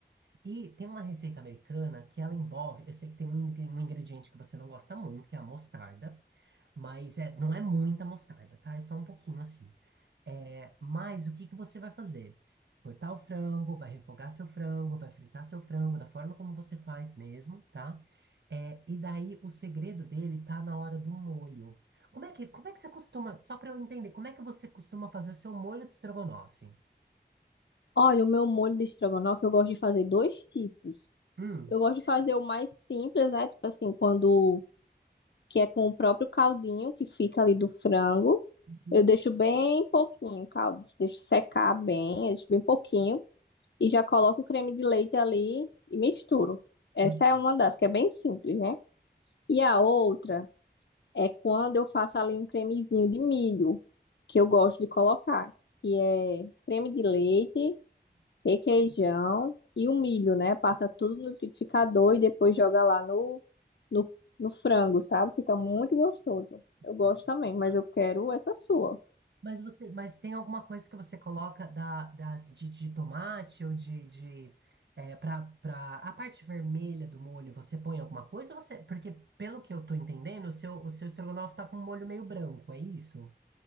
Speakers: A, on the right; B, on the left.
A: E tem uma receita americana que ela envolve, eu sei que tem um ingre- um ingrediente que você não gosta muito, que é a mostarda, mas é, não é muita mostarda, tá? É só um pouquinho assim. É, mas o que que você vai fazer? Cortar o frango, vai refogar seu frango, vai fritar seu frango da forma como você faz mesmo, tá? É, e daí o segredo dele tá na hora do molho. Como é que, como é que você costuma, só para eu entender, como é que você costuma fazer o seu molho de estrogonofe?
B: Olha, o meu molho de estrogonofe, eu gosto de fazer dois tipos.
A: Hum.
B: Eu gosto de fazer o mais simples, né? Tipo assim, quando que é com o próprio caldinho que fica ali do frango.
A: Uhum.
B: Eu deixo bem pouquinho o caldo, deixo secar bem, eu deixo bem pouquinho e já coloco o creme de leite ali e misturo. Essa
A: Hum,
B: é uma das que é bem simples, né? E a outra é quando eu faço ali um cremezinho de milho, que eu gosto de colocar, que é creme de leite requeijão e o milho, né? Passa tudo no liquidificador e depois joga lá no, no, no frango, sabe? Fica muito gostoso. Eu gosto
A: hum.
B: também, mas eu quero essa sua.
A: Mas você, mas tem alguma coisa que você coloca da, das, de, de tomate ou de, de é, para para a parte vermelha do molho, você põe alguma coisa? Ou você, porque pelo que eu tô entendendo, o seu, o seu estrogonofe tá com um molho meio branco, é isso?